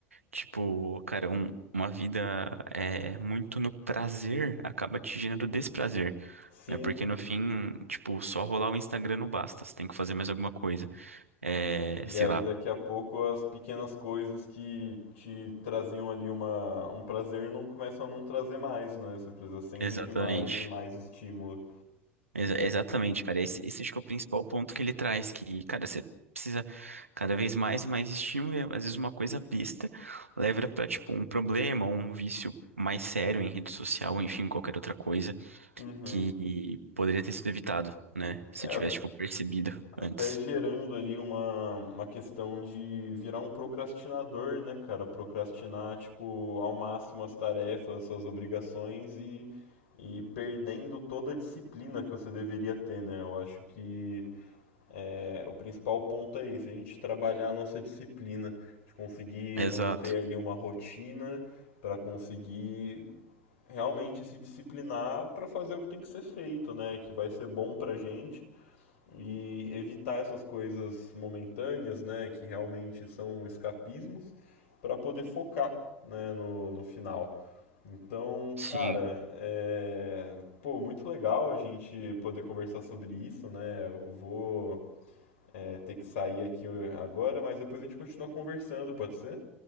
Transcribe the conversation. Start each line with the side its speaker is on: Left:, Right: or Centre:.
Right: Tipo, cara, um- uma vida é, muito no prazer acaba te gerando desprazer,
Left: Sim,
Right: né? Porque no fim, tipo, só rolar o Instagram não basta, você tem que fazer mais alguma coisa. É,
Left: e
Right: sei
Left: aí
Right: lá,
Left: daqui a pouco as pequenas coisas que te traziam ali uma, um prazer não começam a não trazer mais, né? Você precisa sempre
Right: exatamente.
Left: de mais e mais estímulo.
Right: Exa- exatamente, cara. Esse, esse acho que é o principal ponto que ele traz, que, cara, você precisa cada vez mais e mais estímulo, e é, às vezes uma coisa besta leva pra, tipo, um problema, ou um vício mais sério em rede social, enfim, qualquer outra coisa
Left: Uhum.
Right: que poderia ter sido evitado, né? Se
Left: É,
Right: tivesse, tipo, percebido
Left: Até
Right: antes.
Left: gerando ali uma, uma questão de virar um procrastinador, né, cara? Procrastinar, tipo, ao máximo as tarefas, suas obrigações e, e perdendo toda a disciplina que você deveria ter, né? Eu acho que é, o principal ponto é isso, a gente trabalhar a nossa disciplina, de conseguir
Right: Exato.
Left: manter ali uma rotina para conseguir realmente se disciplinar para fazer o que tem que ser feito, né? Que vai ser bom pra gente e evitar essas coisas momentâneas, né, que realmente são escapismos, para poder focar, né, no, no final. Então,
Right: Sim.
Left: cara, é... pô, muito legal a gente poder conversar sobre isso, né? Eu vou é, ter que sair aqui agora, mas depois a gente continua conversando, pode ser?